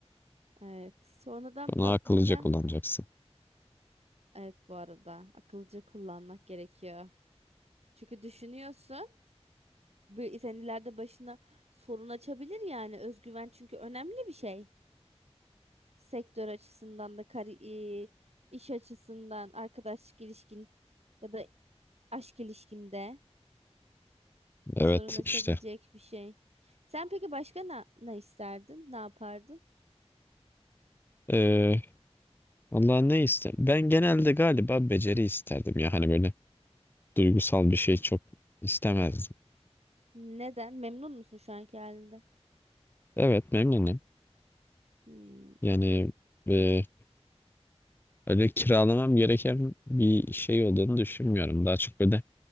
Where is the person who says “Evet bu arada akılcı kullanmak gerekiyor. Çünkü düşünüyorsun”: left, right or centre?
Right